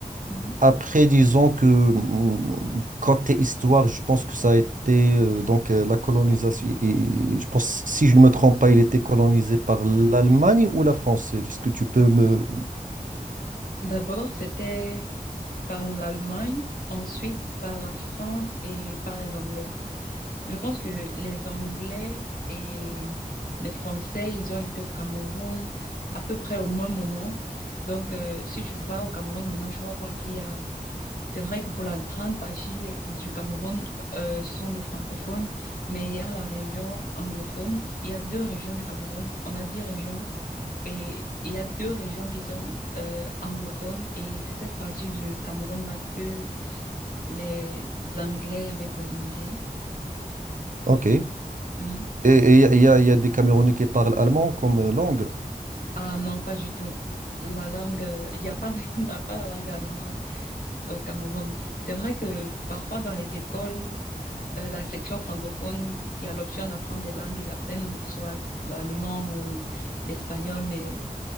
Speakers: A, on the left (about 70°); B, on the right (about 60°).
A: Mhm.
B: Après, disons que mm, côté histoire, je pense que ça a été euh, donc euh, la colonisation. et- et je pense, si je ne me trompe pas, il était colonisé par l'Allemagne ou la France. Est-ce que tu peux me...
A: D'abord, c'était par l'Allemagne, ensuite par la France et par les Anglais. Je pense que les Anglais et les Français, ils ont été au Cameroun à peu près au même moment. Donc, euh, si tu vas au Cameroun maintenant, tu vas voir qu'il y a... C'est vrai que pour la grande partie les- du Cameroun, euh, ce sont des francophones, mais il y a la région anglophone. Il y a deux régions du Cameroun. On a dix régions. Et il y a deux régions qui sont euh, anglophones et c'est cette partie du Cameroun là que les Anglais avaient colonisé.
B: Ok. Et
A: Oui.
B: et il y a, il y a il y a des Camerounais qui parlent allemand comme euh, langue.
A: Ah non, pas du tout. La langue, euh, il n'y a pas, <laughs> il n'y a pas la langue allemande au Cameroun. C'est vrai que parfois dans les écoles, euh, la section francophone qui a l'option d'apprendre des langues, ils apprennent soit l'allemand ou l'espagnol, mais